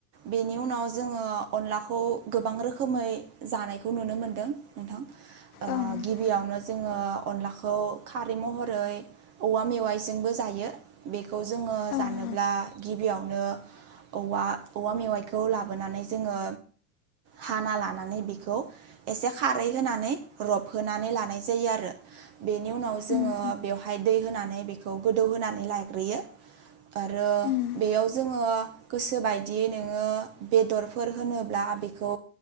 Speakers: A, on the right; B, on the left.
A: बेनि उनाव जोङो अनलाखौ गोबां रोखोमै जानायखौ नुनो मोनदों नोंथां ओ
B: ओं ओं
A: गिबियावनो जोङो अनलाखौ खारै महरै औवा मेवाइजोंबो जायो बेखो खौ जोंङो
B: ओं
A: जानोब्ला गिबियावनो औवा-औवा मेवाइखौ लाबोनानै जोङो हाना लानानै बेखौ एसे खारै होनानै रबहोनानै लानाय जायो आरो बेनि उनाव जोङो
B: ओं उम
A: बेवहाय दै होनानै बे बेखौ गोदौ होनानै लाग्रोयो आरो
B: उम
A: बेयाव जोङो गोसो बायदियै नोङो बेदरफोर होनोब्ला बेखौ